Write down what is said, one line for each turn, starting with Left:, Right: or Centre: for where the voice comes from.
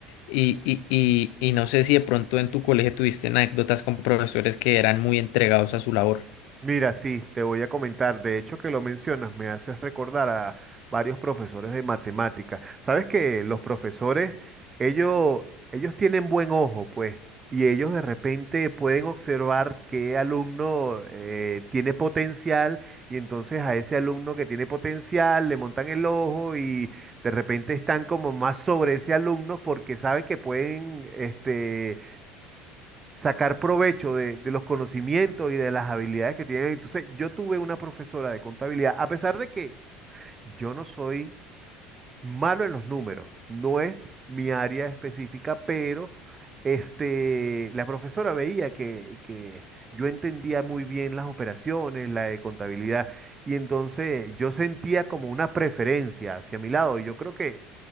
Left: Y, y, y, y no sé si de pronto en tu colegio tuviste anécdotas con profesores que eran muy entregados a su labor.
Right: Mira, sí, te voy a comentar. De hecho, que lo mencionas, me haces recordar a varios profesores de matemáticas. Sabes que los profesores, ellos, ellos tienen buen ojo, pues, y ellos de repente pueden observar qué alumno eh, tiene potencial, y entonces a ese alumno que tiene potencial le montan el ojo y de repente están como más sobre ese alumno porque saben que pueden, este sacar provecho de, de los conocimientos y de las habilidades que tienen. Entonces, yo tuve una profesora de contabilidad, a pesar de que yo no soy malo en los números. No es mi área específica, pero este, la profesora veía que, que yo entendía muy bien las operaciones, la de contabilidad, y entonces yo sentía como una preferencia hacia mi lado. Y yo creo que,